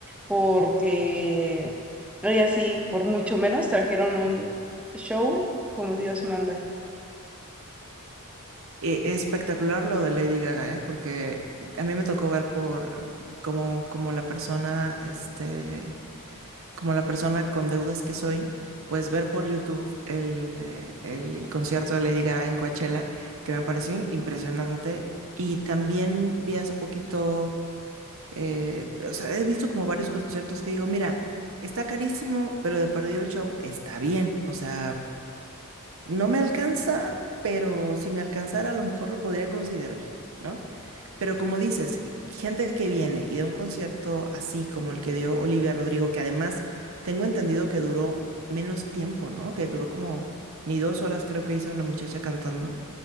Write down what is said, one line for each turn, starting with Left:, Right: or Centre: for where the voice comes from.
Centre: porque ellas sí, por mucho menos, trajeron un show como Dios manda.
Right: E- espectacular lo de Lady Gaga, ¿eh? Porque a mí me tocó ver por como, como la persona, este, como la persona con deudas que soy, pues ver por YouTube el, eh, el concierto de Lady Gaga en Coachella, que me pareció impresionante. Y también vi hace poquito, eh, o sea, he visto como varios conciertos que digo, mira, está carísimo, pero de perdido el show está bien. O sea, no me alcanza, pero si me alcanzara, a lo mejor lo podría considerar, ¿no? Pero como dices, gente que viene y da un concierto así como el que dio Olivia Rodrigo, que además tengo entendido que duró menos tiempo, ¿no? Que duró como ni dos horas, creo que hizo la muchacha cantando.